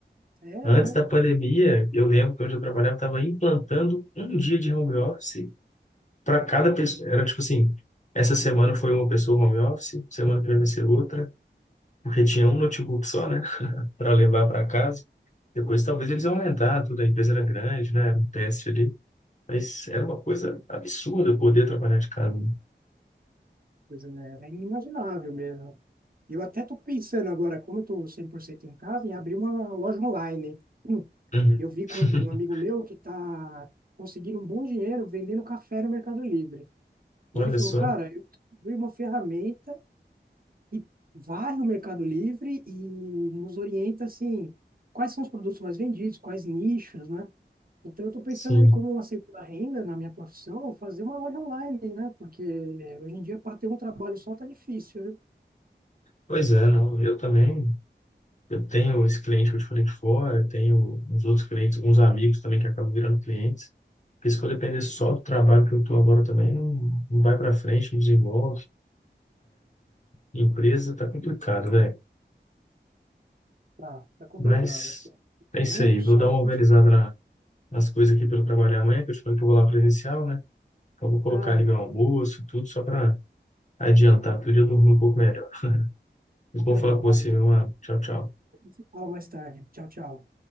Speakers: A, on the right; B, on the left.
A: Sério,
B: Antes
A: né?
B: da pandemia, eu lembro que onde eu trabalhava estava implantando um dia de home office para cada pessoa. Era tipo assim, essa semana foi uma pessoa home office, semana que vem vai ser outra, porque tinha um notebook só, né, para levar para casa. Depois talvez eles iam aumentar, tudo, a empresa era grande, né, era um teste ali. Mas era uma coisa absurda eu poder trabalhar de casa. né?
A: Pois é, era inimaginável mesmo. E Eu até tô pensando agora, como eu tô 100% em casa, em abrir uma loja online. Hum,
B: Uhum.
A: eu vi com
B: <laughs>
A: um amigo meu que está conseguindo um bom dinheiro vendendo café no Mercado Livre. E
B: Olha
A: ele falou,
B: só,
A: cara, eu abri uma ferramenta e varre o Mercado Livre e nos orienta assim, quais são os produtos mais vendidos, quais nichos, né? Então eu estou pensando
B: sim.
A: aí como uma segunda renda na minha profissão, fazer uma loja online, né? Porque hoje em dia para ter um trabalho só tá difícil, né?
B: Pois é, não, eu também. Eu tenho esse cliente que eu te falei de fora, tenho uns outros clientes, uns amigos também que acabam virando clientes. Porque se for depender só do trabalho que eu estou agora também, não, não vai para frente, não desenvolve. Empresa tá complicado, velho.
A: Tá, tá complicado
B: Mas
A: assim.
B: é
A: Então
B: isso aí.
A: só
B: Vou dar
A: isso.
B: uma organizada na- nas coisas aqui para eu trabalhar amanhã, que eu te falei que eu vou lá presencial, né? Então vou colocar
A: Ah, legal.
B: ali meu almoço, tudo, só para adiantar tudo e eu dormir um pouco melhor. Muito
A: Então
B: bom
A: Tá
B: falar
A: bom,
B: com
A: Maurício.
B: você, meu mano. Tchau, tchau.
A: A gente se fala mais tarde. Tchau, tchau.